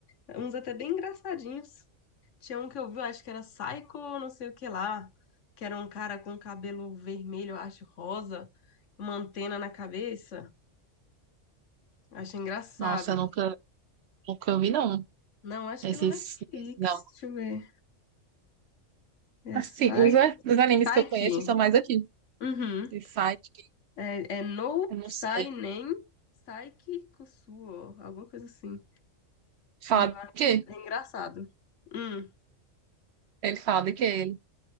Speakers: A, on the left; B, on the right.
A: Uns até bem engraçadinhos. Tinha um que eu vi, eu acho que era Psycho, não sei o que lá. Que era um cara com cabelo vermelho, eu acho, rosa, uma antena na cabeça. Achei engraçado.
B: Nossa, eu nunca, nunca vi, não.
A: Não, acho
B: Esses,
A: que é na Netflix.
B: esses, não.
A: Deixa eu ver. É
B: Assim,
A: Psyche.
B: os, a- os animes
A: Psyche.
B: que eu conheço são mais aqui.
A: Uhum.
B: De site que
A: É, é no
B: eu não
A: sai
B: sei.
A: nem sai que suo, alguma coisa assim.
B: Fala
A: Mas
B: de quê?
A: é engraçado. Hum.
B: Ele fala de quê? Ele.